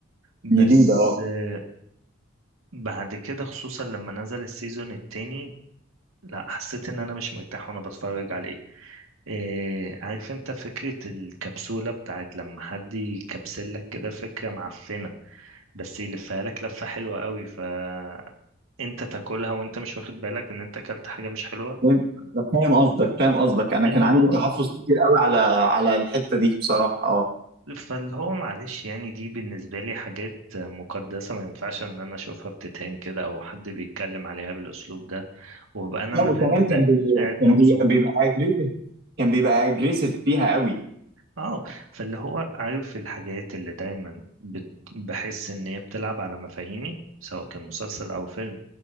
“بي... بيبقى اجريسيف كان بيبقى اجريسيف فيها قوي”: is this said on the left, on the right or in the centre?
Right